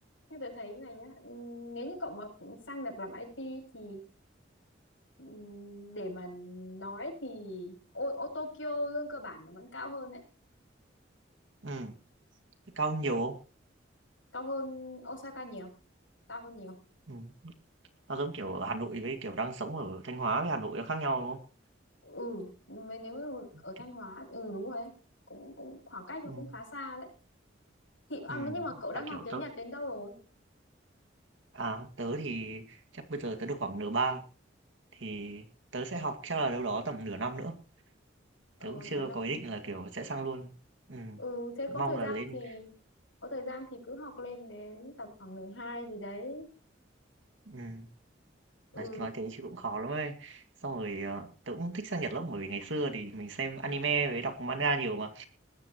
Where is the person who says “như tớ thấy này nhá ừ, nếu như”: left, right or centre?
Left